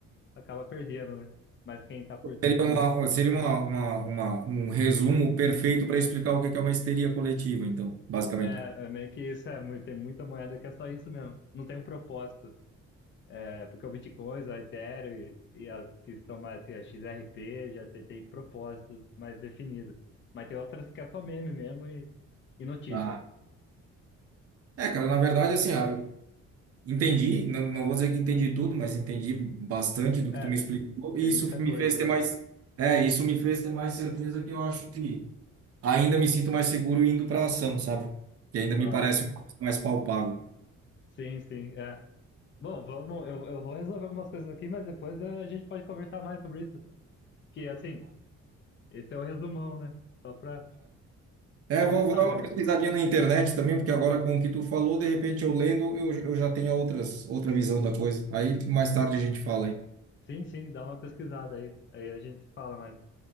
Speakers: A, on the left; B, on the right.
A: acaba perdendo, né? Mas quem tá por,
B: Seria uma, seria uma, uma, uma- um resumo perfeito para explicar o que que é uma histeria coletiva, então, basicamente.
A: É, é meio que isso, é, mu- tem muita moeda que é só isso mesmo. Não tem um propósito. É porque o Bitcoin, o Ethereum e, e as que são mais, que a XRP já tem, tem propósitos mais definidos. Mas tem outras que é só meme mesmo e, e notícia.
B: Ah, é, cara, na verdade, assim, ah, eu entendi, não, não vou dizer que entendi tudo, mas entendi bastante do
A: É,
B: que tu me
A: t-
B: explicou, e
A: tem
B: isso
A: muita coisa.
B: me fez ter mais, é, isso me fez ter mais certeza que eu acho que ainda me sinto mais seguro indo para ação, sabe? Que ainda me
A: Aham,
B: parece uma coisa mais palpável.
A: Sim, sim, é. Bom, vamos, eu, eu vou resolver algumas coisas aqui, mas depois é, a gente pode conversar mais sobre isso. Que, assim, esse é o resumão, né? Só pra, pra
B: É,
A: começar
B: eu vou, vou dar uma
A: mesmo.
B: pesquisadinha na internet também, porque agora com o que tu falou, de repente eu lendo, eu, eu já tenho outras, outra visão da coisa. Aí mais tarde a gente fala aí.
A: Sim, sim, dá uma pesquisada aí. Aí a gente se fala mais.